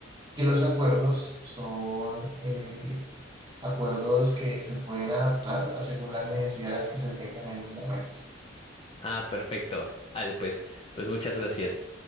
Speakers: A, on the right; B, on the left.
A: que los acuerdos son eh, acuerdos que se pueden adaptar a según las necesidades que se tengan en el momento.
B: Ah, perfecto. Vale, pues, pues muchas gracias.